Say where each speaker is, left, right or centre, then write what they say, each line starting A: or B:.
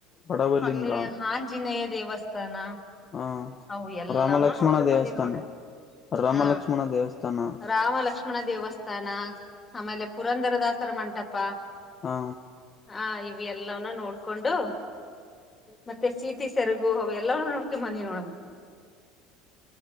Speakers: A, on the left; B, on the left.
A: ಬಡವಲಿಂಗ
B: ಅಲ್ಲಿ ಹಂಜ್. ಆಜಿನೆಯ ದೇವಸ್ಥಾನ
A: ಹ
B: ಅವು ಎಲ್ಲಾವ್ನು
A: ರಾಮಲಕ್ಷ್ಮಣ
B: ನೋಡ್ಕೆಂಬಂದಿವ್
A: ದೇವಸ್ಥಾನ
B: ನೋಡ್ರಿ.
A: ರಾಮಲಕ್ಷ್ಮಣ
B: ಹಾ
A: ದೇವಸ್ಥಾನ
B: ರಾಮ ಲಕ್ಷ ಲಕ್ಷ್ಮಣ ದೇವಸ್ಥಾನ ಅಮೇಲೆ ಪುರಂದರದಾಸರ ಮಂಟಪ.
A: ಹಾ.
B: ಹಾ ಇವ್ ಎಲ್ಲವ್ನು ನೋಡ್ಕೊಂಡು. ಮತ್ತೆ ಸೀತಿ ಸೆರ್ಗು ಅವು ಎಲ್ಲವ್ನು ನೋಡ್ಕೆ ಬಂದಿವ್ ನೋಡಮ್ಮ.